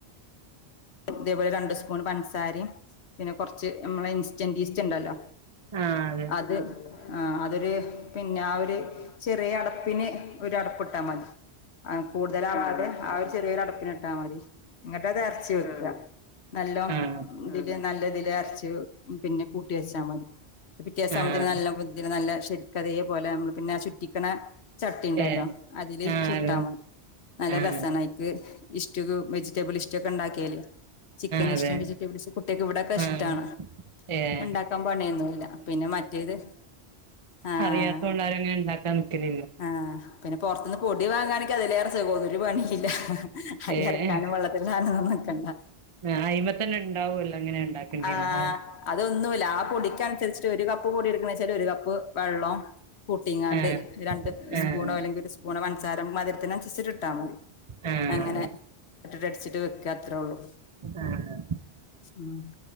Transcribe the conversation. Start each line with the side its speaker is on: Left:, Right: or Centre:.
Left: ഇതേ പോലെ രണ്ട് സ്പൂൺ പൻസാരിം പിന്നെ കൊറ്ച്ച് ഞമ്മളെ ഇൻസ്റ്റന്റ് ഈസ്റ്റ് ഇണ്ടല്ലോ
Right: ആഹ് അതെ
Left: അത് ആഹ് അതൊരു പിന്നെ ആ ഒരു ചെറിയ അടപ്പിന് ഒരു അടപ്പ് ഇട്ടാ മതി ആഹ് കൂടുതലാവാതെ ആ ഒരു ചെറിയൊരു അടപ്പിന് ഇട്ടാമതി ഇന്ന്ട്ട്ത് അരച്ച് വെ ക്കാ നല്ലോം
Right: ആഹ്
Left: ഇതിന്റെ നല്ലതില് അരച്ച് പിന്നെ കൂട്ടി വെച്ചാ മതി പിറ്റേസാവുമ്പോത്തിന്
Right: ആഹ്
Left: നല്ലോം <unintelligible> നല്ലേം ശെരിക്കതെ പോലെ ഞമ്മൾ പിന്നെ ആ ചുറ്റിക്ക്ണേ ചട്ടിണ്ടല്ലോ
Right: ഏഹ് ആഹ് അതെ
Left: അതില്
Right: ആഹ്
Left: ചുട്ടാ മതി നല്ല
Right: ആഹ്
Left: രസാണയ്ക്ക് ഇസ്റ്റൂക്ക് വെജിറ്റബിൾ ഇസ്റ്റൂ ഒക്കെ ഇണ്ടാക്കിയാല് ചിക്കൻ
Right: അതെ
Left: സ്റ്റൂ വെജിറ്റബിൾസ് കുട്ട്യാൾക്ക് ഇവടൊക്കെ ഇഷ്ടാണ്
Right: ആഹ് ഏഹ്
Left: ഇണ്ടാക്കാൻ പണിയൊന്നുല്ല പിന്നെ മറ്റേത് ആഹ്
Right: അറിയാത്തോണ്ടാരും അങ്ങനെ ഇണ്ടാക്കാൻ നിക്കല്
Left: ആഹ് പിന്നെ പൊറത്ത്ന്ന് പൊടി വാങ്ങാണെങ്കി അതിലേറെ സുഖം ഒരു പണിയില്ല അരി
Right: ഏഹ്
Left: അരക്കാനും വെള്ളത്ത് ഇടാനൊന്നും നിക്കണ്ട
Right: ആഹ് അയിമതന്നെ ഇണ്ടാവല്ലോ എങ്ങനെ ഇണ്ടാക്കണ്ടേന്ന്ല്ലേ
Left: ആഹ് അതൊന്നുല്ല ആ പൊടിക്കന്സര്ച്ചിട്ട് ഒരു കപ്പ് പൊടി എടുക്ക്ണേച്ചാല് ഒരു കപ്പ് വെള്ളം കൂട്ടിങ്ങാണ്ട്
Right: ആഹ്
Left: രണ്ട്
Right: ആഹ്
Left: സ്പൂണോ അല്ലെങ്കി ഒരു സ്പൂണോ പന്സാരം മധുരത്തിന് അന്സരിച്ചിട്ട് ഇട്ടാൽ മതി
Right: ആഹ്
Left: അങ്ങനെ ഇട്ടിട്ട് അടിച്ചിട്ട് വെക്കാ അത്രോള്ളു
Right: ആഹ്
Left: ഉം